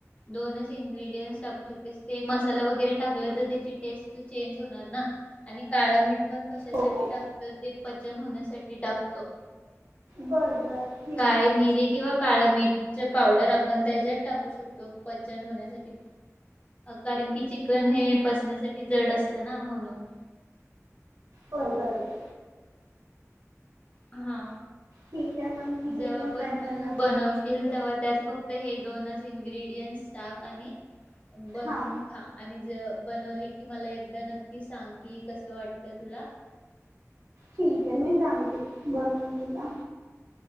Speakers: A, on the left; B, on the right.
A: दोनच इन्ग्रेडियंट् टाकू शकतेस ते मसाला वगैरे टाकलं तर त्याची टेस्ट चेंज होणार ना आणि काळ मिठ पण कशासाठी
B: हो हो
A: टाकतो ते चन होण्यासाठी टाकतो.
B: बरं बरं ठीक
A: काळे
B: आहे
A: मिरीे किंवा काळं मीठच्या पावडर आपण त्याच्यात टाकू शकतो, पचन होण्यासाठी कारण की चिकन हे पचण्यासाठी जड असतं ना म्हणून.
B: होय बरोबर.
A: हा.
B: ठीक आहे मग मी
A: जेव्हा
B: हे
A: पण
B: ट्राय
A: तू
B: करणार बघ
A: बनवशील
B: बघ
A: तेव्हा त्यात फक्त हे दोन इन्गेडियंट इंग्रीडीएन्स टाक आणि बनवून
B: हां
A: खा. आणि ज बनवलं की मला एकदा न कि सांग कि कसं वाटलं तुला?
B: ठीक आहे मी सांगते बनवून तुला.